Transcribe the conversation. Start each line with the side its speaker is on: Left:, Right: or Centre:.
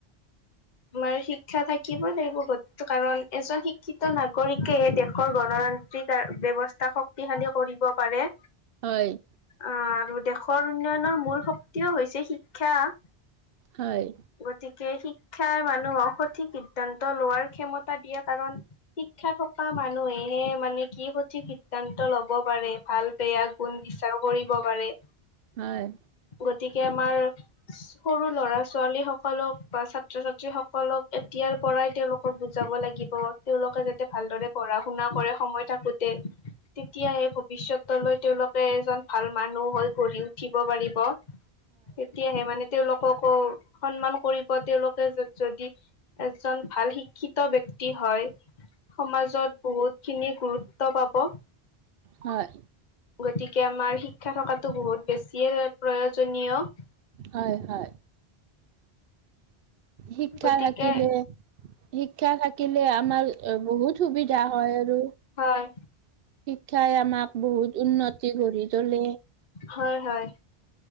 Left: তোমাৰ শিক্ষা থাকিবই লাগিব গ- কাৰণ এজন শিক্ষিত নাগৰিকে দেশৰ গণতান্ত্ৰিক আৰু ব্যবস্থা সক- শক্তিশালী কৰিব পাৰে।
Right: হঁয়৷
Left: অঁ আৰু দেশৰ উন্নয়নৰ মূল শক্তিও হৈছে শিক্ষা-
Right: হয়ঁ৷
Left: গতিকে শিক্ষাই মানুহক সঠিক সিদ্ধান্ত লোৱাৰ ক্ষমতা দিয়ে কাৰণ- শিক্ষা থকা মানুহেহে মানে কি সঠিক সিদ্ধান্ত ল'ব পাৰে৷ ভাল-বেয়া গুণ বিচাৰ কৰিব পাৰে৷
Right: হঁয়৷
Left: গতিকে আমাৰ সৰু ল'ৰা-ছো- ছোৱালীসকলক বা ছাত্ৰ-ছাত্ৰীসকলক এতিয়াৰ পৰাই তেওঁলোকক বুজাব লাগিব৷ তেওঁলোকে যাতে ভালদৰে পঢ়া শুনা কৰে সময় থাকোঁতে, তেতিয়াহে- বিশ্বত গৈ লৈ তেওঁলোকে এজন ভাল মানুহ হৈ গঢ় উঠিব পাৰিব৷ তেতিয়াহে মানে তেওঁলোককো সন্মান কৰিব, তেওঁলোকে যদ যদি - এজন ভাল শিক্ষিত ব্যক্তি হঁয়৷ সমাজত বহুত খিনি গুৰুত্ব পাব৷
Right: হয়ঁ৷
Left: গতিকে আমাৰ শিক্ষা থকাটো বহুত বেছিয়ে প্ৰয়োজনীয়৷
Right: হয়ঁ, হঁয়৷ শিক্ষা
Left: গতিকে
Right: থাকিলে শিক্ষা থাকিলে আমাৰ বহুত সুবিধা হয় আৰু।
Left: হয়৷
Right: শিক্ষাই আমাক বহুত উন্নতি গঢ়ি তোলে৷
Left: হয়, হয়৷